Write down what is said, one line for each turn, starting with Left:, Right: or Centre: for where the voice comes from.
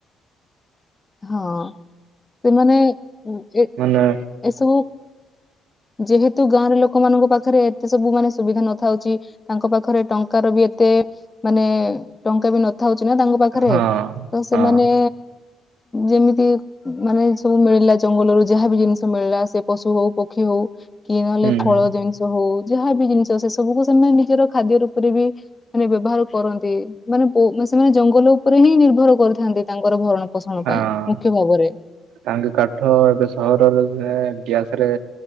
Left: ହଁ ସେମାନେ ଏ
Right: ମାନେ
Left: ଏସବୁ ଯେହେତୁ ଗାଁର ଲୋକମାନଙ୍କ ପାଖରେ ଏତେ ସବୁ ମାନେ ସୁବିଧା ନଥାଉଚି ତାଙ୍କ ପାଖରେ ଟଙ୍କାର ବି ଏତେ ମାନେ ଟଙ୍କା ବି ନଥାଉଛି ନା ତାଙ୍କ ପାଖରେ
Right: ହଁ
Left: ତ ସେମାନେ
Right: ହଁ।
Left: ଯେମିତି ମାନେ ସବୁ ମିଳିଲା ଜଙ୍ଗଲରୁ ଯାହା ବି ଜିନିଷ ମିଳିଲା ସେ ପଶୁ ହଉ ପକ୍ଷୀ ହଉ କି ନହେଲେ
Right: ହୁଁ
Left: ଫଳ ଜିନିଷ ହଉ ଯାହା ବି ଜିନିଷ ସେ ସବୁକୁ ସେମାନେ ନିଜର ଖାଦ୍ୟ ରୂପରେ ବି ମାନେ ବ୍ୟବହାର କରନ୍ତି ମାନେ ସେମାନେ ଜଙ୍ଗଲ ଉପରେ ହିଁ ନିର୍ଭର କରିୁଥାନ୍ତି ତାଙ୍କର ଭରଣ ପୋଷଣ
Right: ହଁ
Left: ପାଇଁ ମୁଖ୍ୟ ଭାବରେ।
Right: ତାଙ୍କେ କାଠ ଏବେ ସହରରେ ସେ ଗ୍ୟାସ ରେ